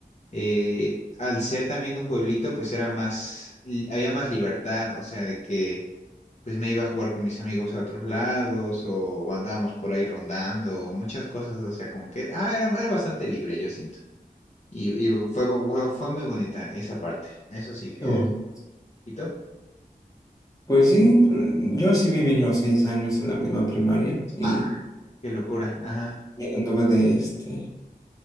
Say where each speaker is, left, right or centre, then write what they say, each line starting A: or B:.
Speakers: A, on the left; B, on the left.
A: eh, al ser también un pueblito, pues era más, li- había más libertad, o sea, de que pues me iba a jugar con mis amigos a otros lados o, o andábamos por ahí rondando, o muchas cosas, o sea, como que, ah, era, era bastante libre, yo siento. Y, y fue, fue, fue muy bonita esa parte, eso sí. eh,
B: bueno.
A: ¿Y tú?
B: Pues sí, yo sí viví los seis años en la misma primaria y
A: Ah, qué locura, ajá.
B: Y anduve de este,